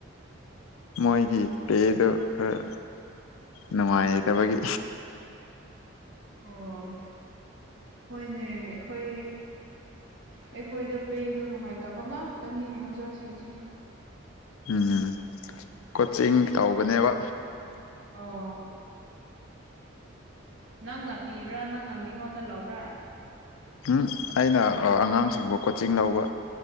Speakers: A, on the left; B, on the right.
A: ꯃꯣꯏꯒꯤ ꯄꯦꯗꯣ ꯈꯔ ꯅꯨꯡꯉꯥꯏꯇꯕꯒꯤ
B: ꯑꯣ ꯍꯣꯏꯅꯦ ꯑꯩꯈꯣꯏ ꯑꯩꯈꯣꯏꯗ ꯄꯦꯗꯣ ꯅꯨꯡꯉꯥꯏꯇꯕ ꯉꯥꯛꯇꯅꯤꯅꯦ ꯑꯣꯖꯥꯁꯤꯡꯁꯦ
A: ꯎꯝ ꯀꯣꯆꯤꯡ ꯇꯧꯕꯅꯦꯕ
B: ꯑꯣꯥ ꯅꯪꯅ ꯄꯤꯕ꯭ꯔꯥ ꯅꯪꯅ ꯃꯤꯉꯣꯟꯗ ꯂꯧꯕ꯭ꯔꯥ
A: ꯎꯝ ꯑꯩꯅ ꯑꯉꯥꯡꯁꯤꯡꯕꯨ ꯀꯣꯆꯤꯡ ꯂꯧꯕ